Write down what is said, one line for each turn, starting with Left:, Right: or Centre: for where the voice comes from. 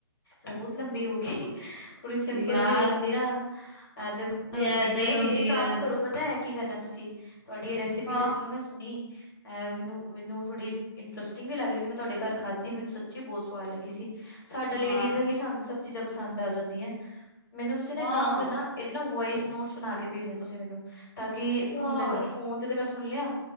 Left: ਤਾਂ ਬਹੁਤ ਲੰਬੀ ਹੋਗੀ। ਥੋੜੀ ਸਿੰਪਲ
Centre: ਯਾਰ
Left: ਜਿਹੀ ਹੋ ਜਾਂਦੀ ਨਾ ਤੇ
Centre: ਯਾਰ
Left: ਲਾਈਕ
Centre: ਏਦਾਂ
Left: ਪਤਾ
Centre: ਹੀ
Left: ਇਹ
Centre: ਹੁੰਦੀ
Left: ਕੰਮ
Centre: ਹੈ
Left: ਕਰੋ ਪਤਾ ਹੈ। ਕੀ ਕਰਨਾ ਤੁਸੀਂ ਤੁਹਾਡੀ ਇਹ ਰੈਸਿਪੀ
Centre: ਹਾਂ
Left: ਤੇ ਚਲੋ ਮੈਂ ਸੁਣੀ। ਅ ਮੈਨੂੰ ਮੈਨੂੰ ਥੋੜ੍ਹੀ ਇੰਟਰਸਿੰਗ ਵੀ ਲੱਗ ਰਹੀ ਮੈਂ ਤੁਹਾਡੇ ਘਰ ਖਾਧੀ ਮੈਨੂੰ ਸੱਚੀ ਬਹੁਤ ਸਵਾਦ ਲੱਗੀ ਸੀ। ਸਾਡਾ ਲੇਡੀਜ਼
Centre: ਹਾਂ
Left: ਹੈ ਕਿ ਸਾਨੂੰ ਸਭ ਚੀਜ਼ਾਂ ਪਸੰਦ ਆ ਜਾਂਦੀਆਂ ਮੈਨੂੰ ਤੁਸੀਂ ਨਾ
Centre: ਹਾਂ
Left: ਇੱਕ ਕੰਮ ਕਰਨਾ। ਇਹਦੇ ਨਾ ਵੋਇਸ ਨੋਟਸ ਬਣਾ ਕੇ ਭੇਜਦੇ ਤੁਸੀਂ ਮੈਨੂੰ ਤਾਂ ਕਿ
Centre: ਯਾਰ
Left: ਹੁਣ ਦੇਖੋ ਫੋਨ ਤੇ ਮੈਂ। ਸੁਣ ਲਿਆ